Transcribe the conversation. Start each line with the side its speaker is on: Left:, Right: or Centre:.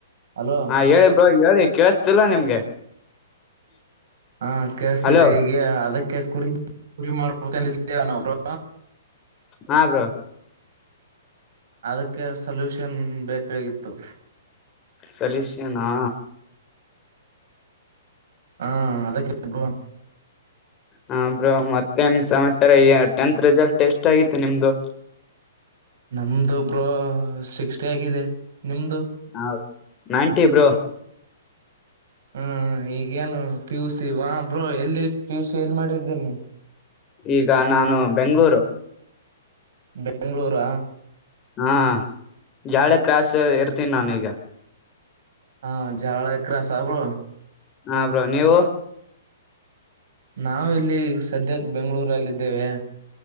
Right: ಹಲೋ
Left: ಹಾ ಹೇಳಿ ಬ್ರೋ ಹೇಳಿ ಕೇಳಸ್ತಿಲ್ಲ ನಿಮ್ಗೆ
Right: ಹಾ ಕೇಳಸ್ತಿದೆ
Left: ಹಲೋ
Right: ಈಗೆ ಅದಕ್ಕೆ ಕುರಿ ಕುರಿ ಮಾಡ್ಬೇಕಂದಿದ ನಾವು ಬ್ರೋ
Left: ಹಾ ಬ್ರೋ
Right: ಅದಕ್ಕೆ ಸಲ್ಯೂಷನ್ ಬೇಕಾಗಿತ್ತು
Left: ಸಲ್ಯೂಷನ್ ನಾ
Right: ಹಾ ಅದಕ್ಕೆ ಬ್ರೋ
Left: ಹಾ ಬ್ರೋ ಮತ್ತೇನ್ ಸಮಸ್ಯೆ ಹೇ ಟೆಂತ್ ರಿಸಲ್ಟ್ ಎಷ್ಟ ಆಗಿತ್ತು ನಿಮ್ದು
Right: ನಮ್ದ ಒಬ್ರು ಸಿಕ್ಸ್ಟಿ ಆಗಿದೆ ನಿಮ್ದು
Left: ಹಾ ನೈಂಟಿ ಬ್ರೋ
Right: ಹಾ ಈಗೇಏನು ಪಿ ಯು ಸಿ ಬಾ ಬ್ರೋ ಎಲ್ಲಿ ಪಿ ಯು ಸಿ ಎಲ್ಲಿ ಮಾಡಿದ್ದೇರಿ ನೀ
Left: ಈಗ ನಾನು ಬೆಂಗಳೂರು
Right: ಬೆಂಗಳೂರ
Left: ಹಾ ಜಾಳೆ ಕ್ರಾಸ್ ಇರ್ತೀನಿ ನಾನ ಈಗ
Right: ಹಾ ಜರಳ ಕ್ರಾಸಾ ಬ್ರೋ
Left: ಹಾ ಬ್ರೋ ನೀವು
Right: ನಾವು ಇಲ್ಲಿ ಸದ್ಯಕ್ಕೆ ಬೆಂಗಳೂರಲ್ಲಿದ್ದೇವೆ